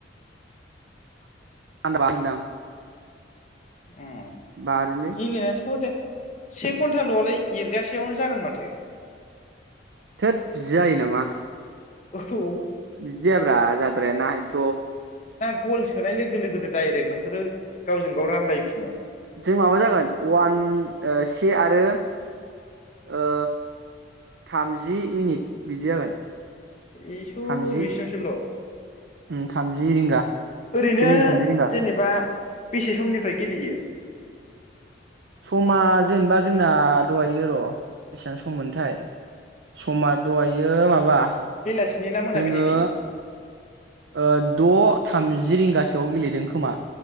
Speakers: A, on the right (about 70°); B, on the left (about 40°).
A: <unintelligible>
B: ओम
A: बारोलै
B: गेलेनायास <unintelligible> से घन्टालआलाय एरगासेयावनो जागोन माथो
A: थोथ बिदि जायो नामा
B: औ
A: बिदिजायाब्रा जाद्रायानाएथ
B: खल सोनाय लोगो लोगोनो डाइरेक्ट नोंसोरो गावजों गाव रानलायफिनो
A: जों माबा जागोन वान ओ से आरो ओ थामजि मिनिट बिदि जागोन
B: इसर
A: थामजि
B: बेसिमसोल
A: उम थामजि रिंगा
B: ओरैनो
A: से मिनिट थामजि रिंगा
B: जेनेबा बेसे समनिफ्राय गेलेयो
A: समा जेनेबा जोंना दहायो र बेसेबां सम मोनथाय समा दहायो माबा
B: बेलासिनि ना मोनाबिलिनि
A: जोङो ओ द थामजि रिंगासोआव गेलेदों खोमा